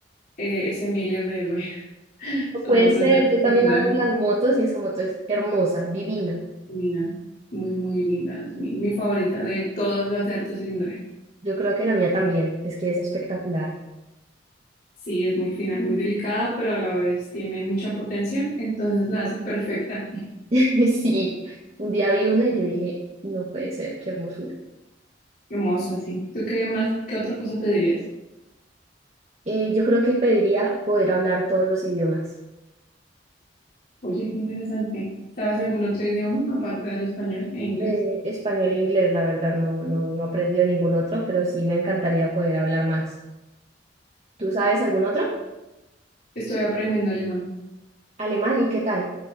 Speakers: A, on the left (about 55°); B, on the right (about 35°).
A: eh, S1000 RR. <laughs> Son
B: Puede
A: motos
B: ser,
A: de alto
B: yo también
A: cilindraje.
B: adoro las motos y esa moto es hermosa, divina.
A: Divina. Muy, muy linda. Es mi, mi favorita de todas las de alto cilindraje.
B: Yo creo que la mía también, es que es espectacular.
A: Sí, es muy fina, es muy delicada, pero a la vez tiene mucha potencia. Entonces la hace perfecta. <laughs>
B: <laughs> Sí, un día vi una y yo dije, no puede ser, qué hermosura.
A: Hermosa, sí. ¿Tú qué más? ¿Qué otra cosa pedirías?
B: Eh, yo creo que pediría poder hablar todos los idiomas.
A: Oye, qué interesante. ¿Sabes algún otro idioma aparte del español e inglés?
B: Eh, español e inglés, la verdad, no, no, no he aprendido ningún otro, pero sí me encantaría poder hablar más. ¿Tú sabes algún otro?
A: Estoy aprendiendo alemán.
B: Alemán, ¿y qué tal?